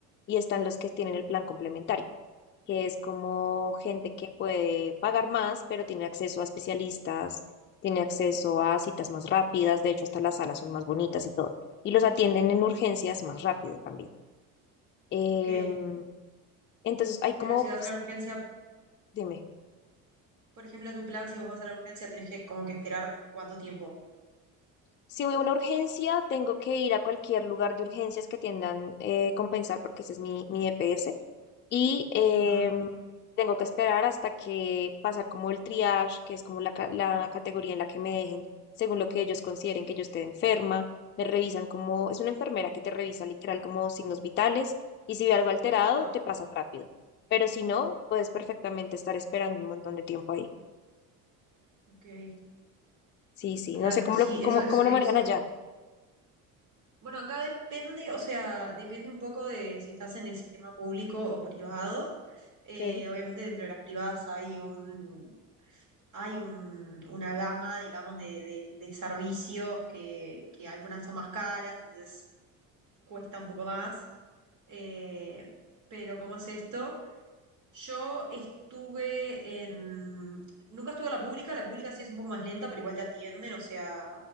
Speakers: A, on the left; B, on the right.
A: Y están los que tienen el plan complementario, que es como gente que puede pagar más, pero tiene acceso a especialistas, tiene acceso a citas más rápidas, de hecho hasta las salas son más bonitas y todo. Y los atienden en urgencias más rápido también. Em,
B: Ok.
A: entonces hay
B: Pero
A: como
B: si vas a la urgencia,
A: Dime,
B: por ejemplo, en tu plan, si vos vas a la urgencia, tenés que como que esperar cuánto tiempo.
A: si voy a una urgencia, tengo que ir a cualquier lugar de urgencias que tiendan eh, compensar, porque ese es mi, mi EPS, y em,
B: Ajá,
A: tengo que esperar hasta que pasar como el triage, que es como la, ca- la categoría en la que me dejen, según lo que ellos consideren que yo esté enferma, me revisan como, es una enfermera que te revisa literal como signos vitales, y si ve algo alterado,
B: ajá,
A: te pasa rápido, pero si no, puedes perfectamente estar esperando un montón de tiempo ahí.
B: ok,
A: Sí, sí,
B: claro,
A: no sé cómo
B: sí,
A: lo, cómo,
B: eso es,
A: cómo lo
B: es-
A: manejan allá.
B: Bueno, acá depende, o sea, depende un poco de si estás en el sistema público o privado. Eh,
A: Ok,
B: obviamente dentro de las privadas hay un, hay un, una gama, digamos, de, de, de servicios que, que algunas son más caras, entonces cuesta un poco más. Eh, pero ¿cómo es esto? Yo estuve en... Nunca estuve en la pública, la pública sí es un poco más lenta, pero igual te atienden, o sea,